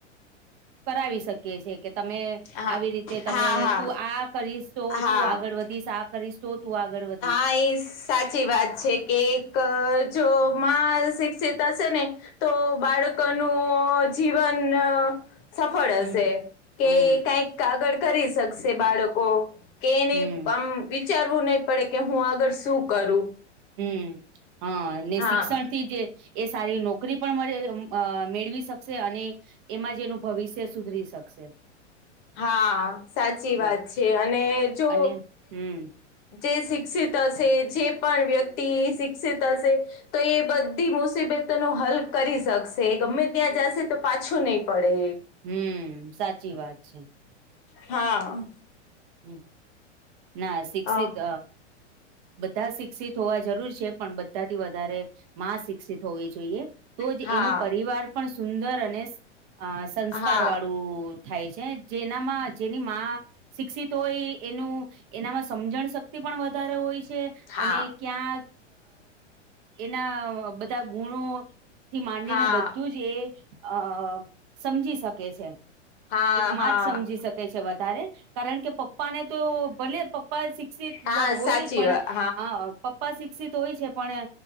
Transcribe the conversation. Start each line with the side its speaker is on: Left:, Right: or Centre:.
Right: કરાવી શકીએ છે કે તમે
Left: હા
Right: આવી રીતે તમે
Left: હા હા
Right: તું આ કરીશ
Left: હા
Right: તો
Left: હા
Right: તું આગળ વધ... શ કરીશે તું આગળ વધ...
Left: <inaudible> સાચી વાત છે કે એક જો માલ શિક્ષિતા હશે ન, તો બાળકોનું જીવન... સફળ હશે
Right: હમ
Left: કે
Right: હમ
Left: કઈક કાગળ કરી શકશે બાળકો. કે એને
Right: હમ
Left: આમ વિચારવું નહી પડે કે હું આગળ શું કરું
Right: હમ. હા અને
Left: હા
Right: શિક્ષણ થી જે એ સારી નોકરી પણ મેળવી શકશે અને એમાં જે એનું ભવિષ્ય સુધરી શકશે.
Left: હા સાચી
Right: હમ
Left: વાત છે. અને જો,
Right: અને હમ
Left: જે શિક્ષિત હશે, જે પણ વ્યક્તિ શિક્ષિત હશે... તો એ બધી મુસીબતો નો હલ કરી શકશે ગમે ત્યાં જશે તો પાછો નહીં પડે.
Right: હમ સાચી વાત છે.
Left: હા.
Right: હ, ના શિક્સિત
Left: હા
Right: બધા શિક્ષિત હોવા જરૂર છે પણ બધા થી વધારે માં શિક્ષિત હોવી જોઈએ તો
Left: હા
Right: જ એનું પરિવાર પણ સુંદર અને અ સંસ્કાર
Left: હા
Right: વાળું થાય છે, જેનામાં જેની મા.. ં શિક્ષિત હોય એનું એનામાં સમજણ શક્તિ પણ વધારે હોય છે
Left: હા
Right: અને ક્યાં એના બધા ગુણો થી માંડીને
Left: હા
Right: બધું જ, જે અ સમજી શકે છે...
Left: હા
Right: એક માં
Left: હા
Right: જ સમજી શકે છે વધારે કારણ કે પપ્પા ને તો ભલે પપ્પા શિક્ષિત
Left: હા,
Right: હોય
Left: સાચી
Right: પણ,
Left: વાત
Right: હા... પપ્પા શિક્ષિત હોય છે પણ